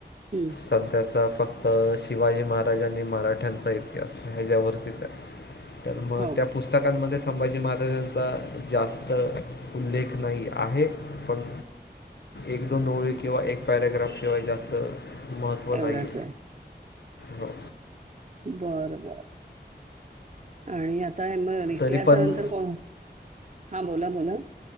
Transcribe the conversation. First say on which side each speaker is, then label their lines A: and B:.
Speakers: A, on the right (about 40°); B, on the left (about 70°).
A: हं,
B: सध्याचा फक्त तर शिवाजी महाराजांनी मराठ्यांचा इतिहास ह्याच्यावरतीच आहे तर मग
A: हो
B: त्या पुस्तकांमध्ये संभाजी महाराजां जास्त उल्लेख नाही आहे पण एक दोन ओळी किंवा एक पॅरग्राफ शिवाय जास्त महत्त्व नाही
A: एवढाच आहे
B: हो
A: बर बर आणि आता आता मग इतिहासानंतर
B: तरी पण
A: को हा बोला बोला